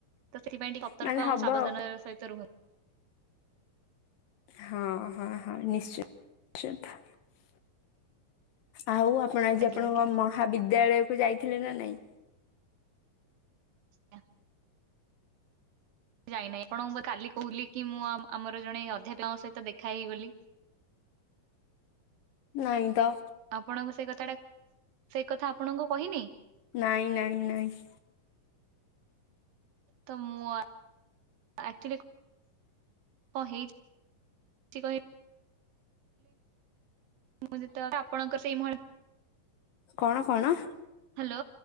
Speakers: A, on the right (about 80°); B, on the left (about 80°).
A: ତ ସେଥିପାଇଁ ଟିକେ ସତର୍କ
B: ମାନେ
A: ଆଉ
B: ହବ
A: ସାବଧାନ ସହିତ ରୁହ
B: ହଁ, ହଁ, ହଁ ନିଶ୍ଚ ଚିନ୍ତ। ଆଉ ଆପଣ ଆଜି
A: ଆଜ୍ଞା
B: ଆପଣଙ୍କ
A: ଆଜ୍ଞା।
B: ମହାବିଦ୍ୟାଳୟ କୁ ଯାଇଥିଲେ ନା ନାଇଁ?
A: ଆଜ୍ଞା। ଯାଇନାହିଁ ଆପଣଙ୍କୁ ମୁଁ କାଲି କହୁଲି କି ମୁଁ ଆ, ଆମର ଜଣେ ଅଧ୍ୟାପକଙ୍କ ସହିତ ଦେଖା ହେଇଗଲି।
B: ନାଇ ତ।
A: ଆପଣଙ୍କୁ ସେଇ କଥାଟା, ସେଇ କଥା ଆପଣଙ୍କୁ କହିନି?
B: ନାଇଁ, ନାଇଁ, ନାଇଁ।
A: ତ ମୁଁ ଆ ଆକ୍ଚୁଲି କଁ ହେଇଚି କହି ମୁଁ ଯେତକ ଆଣଙ୍କର ସେଇ ମ <unintelligible>
B: କଣ, କଣ?
A: ହ୍ୟାଲୋ,